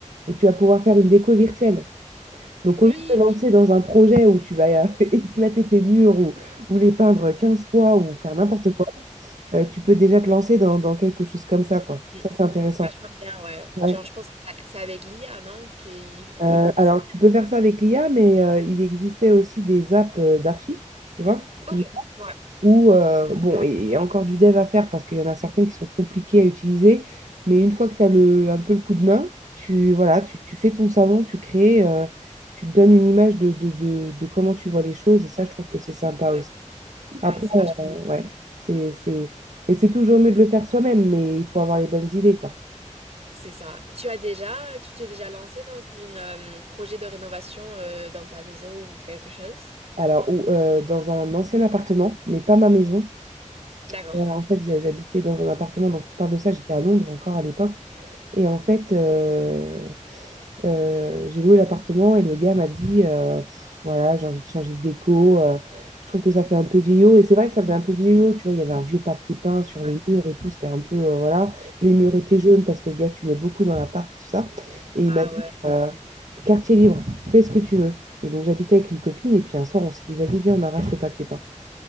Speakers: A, on the right; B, on the right.
A: et tu vas pouvoir faire une déco virtuelle. Donc,
B: Oui,
A: au lieu de te lancer
B: oui.
A: dans un projet où tu vas <laughs> éclater tes murs ou, ou les peindre 15 fois ou faire n'importe quoi, euh, tu peux déjà te lancer dans, dans quelque chose comme ça, quoi.
B: Mm.
A: Ça, c'est intéressant.
B: c'est vachement bien, ouais.
A: Ouais.
B: Genre, je pense que c'est avec l'IA, non? Qu'ils ils
A: Euh,
B: peuvent
A: alors,
B: tout.
A: tu peux faire ça avec l'IA, mais euh, il existait aussi des apps euh, d'archi, tu vois, plus
B: Ok,
A: ou
B: ouais,
A: Ou, euh, bon, et- il y a encore du dev à faire parce qu'il y en a certaines qui sont compliquées à utiliser, mais une fois que tu as le, un peu le coup de main, tu, voilà, tu, tu fais ton salon, tu crées, euh, tu te donnes une image de, de, de, de comment tu vois les choses, et ça, je trouve que c'est sympa aussi.
B: ouais.
A: Après,
B: Ouais, c'est vachement.
A: euh, ouais, c'est, c'est... Mais c'est toujours mieux de le faire soi-même, mais il faut avoir les bonnes idées, quoi.
B: C'est ça. Tu as déjà, tu t'es déjà lancé dans une euh, projet de rénovation euh, dans ta maison ou quelque chose?
A: Alors, ou, euh, dans un ancien appartement, mais pas ma maison.
B: D'accord.
A: Voilà, en fait, j'a- j'habitais dans un appartement, donc je te parle de ça, j'étais à Londres encore à l'époque. Et en fait, euh, euh, j'ai loué l'appartement et le gars m'a dit, euh, Pff, voilà, j'ai envie de changer de déco, euh, je trouve que ça fait un peu vieillot. Et c'est vrai que ça faisait un peu vieillot, tu vois, il y avait un vieux papier peint sur
B: Ouais.
A: les murs et tout, c'était un peu, euh, voilà, les murs étaient
B: ouais.
A: jaunes parce que le gars fumait beaucoup dans l'appart et tout ça. Et il
B: Ah
A: m'a dit,
B: ouais.
A: euh,
B: Génial.
A: quartier libre, fais ce que tu veux. Et donc j'habitais avec une copine et puis un soir, on s'est dit, vas-y, viens, on arrache le papier peint.